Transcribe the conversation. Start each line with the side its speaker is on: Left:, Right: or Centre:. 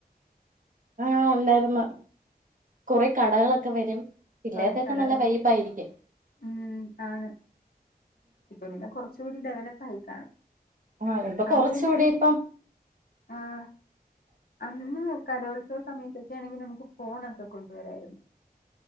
Right: ആഹ് ഉണ്ടായിരുന്ന കൊറെ കടകളൊക്കെ വരും പിള്ളേർക്കൊക്കെ
Left: കൊറെേ കടകളൊക്കെ
Right: നല്ല വൈബായിരിക്കും
Left: ഉം ആണ് ഇപ്പൊ പിന്നെ കുറച്ചൂടി ഡെവലപ്പ് ആയി കാണും
Right: ആഹ് ഇപ്പൊ
Left: അന്ന്
Right: കുറച്ചുകൂടി
Left: പിന്നെയി
Right: ഇപ്പം
Left: ആഹ് അന്ന് കലോത്സവ സമയത്തൊക്കെ ആണെങ്കിൽ നമുക്ക് ഫോൺ ഒക്കെ കൊണ്ടുവരായിരുന്നു